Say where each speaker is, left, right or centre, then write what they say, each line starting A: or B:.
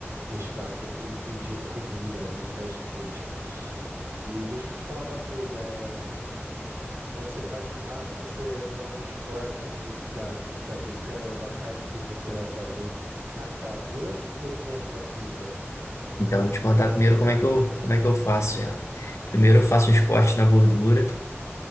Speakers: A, on the right; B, on the left.
A: A gente tá sempre pedindo comida ali, fast food. E deixa eu te falar uma coisa, é. Quando você faz churrasco, você normalmente corta o bife da, da picanha ou da carne que você vai fazer a favor ou contra a fibra?
B: Então, vou te contar primeiro como é que eu, como é que eu faço ela. Primeiro, eu faço uns cortes na gordura.